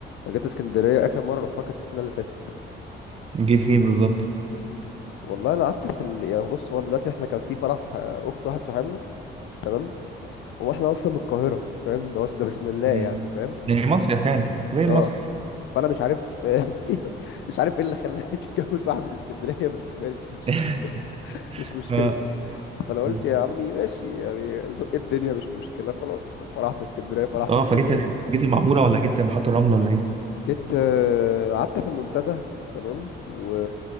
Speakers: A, on the left; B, on the right.
A: انا جيت اسكندرية اخر مرة رحتها كانت السنة اللي فاتت
B: جيت فين بالظبط
A: والله انا قعدت في ال... يعني بص هو دلوقتي احنا كان في فرح آه، اخت واحد صاحبنا تمام هو احنا اصلا من القاهره فاهم ده اصلا ده بسم الله
B: مم.
A: يعني فاهم
B: يعني مصيف يعني زي المصيف
A: اه فانا مش عارف <laughs> مش عارف ايه اللي خلاني تتجوز واحد من اسكندريه بس ماشي مش
B: <laughs>
A: مشكله مش مشكله
B: ف-
A: فانا قلت
B: مم.
A: يا عمي ماشي يعني زق الدنيا مش مشكله خلاص فرح في اسكندريه فرح في
B: اه
A: اسكندريه
B: فجيت جيت المعمورة ولا جيت محطة الرمل ولا ايه
A: جيت آه، قعدت في المنتزه تمام و